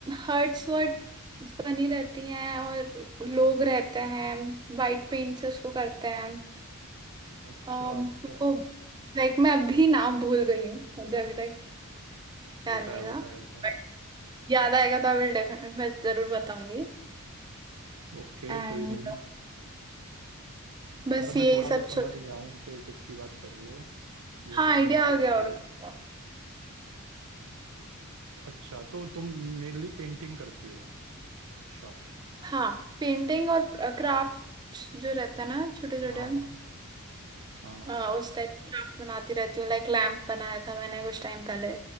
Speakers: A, on the right (about 20°); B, on the right (about 75°).
A: हर्ट्स वर्ट्स बनी रहती हैं और लोग रहते हैं वाइट पेंट से उसको करते हैं
B: अच्छा
A: अम,
B: अच्छा
A: मेरे को लाइक मैं अभी नाम भूल गई हूँ मुझे अभी तक याद
B: होता
A: नहीं
B: है होता
A: था
B: है ऐसा
A: बट याद आएगा तो आई विल डेफिनेट मैं जरूर बताऊंगी
B: ओके
A: एंड
B: कोई नहीं
A: बस
B: मतलब मैं
A: यही
B: थोड़ा
A: सब
B: बहुत
A: छोटा
B: समझ गया हूँ कि किसकी बात कर रही हो वो
A: हाँ
B: शायद
A: आइडिया
B: मैंने
A: आ
B: देखा
A: गया
B: भी
A: होगा
B: है
A: आपको।
B: अच्छा तो तुम मेनली पेंटिंग करती हो अच्छा
A: हाँ पेंटिंग और क्राफ्ट जो रहता है ना छोटे छोटे
B: हाँ हाँ हाँ हाँ
A: अ, उस टाइप क्राफ्ट बनाती रहती हूँ लाइक लैंप बनाया था मैंने कुछ टाइम पहले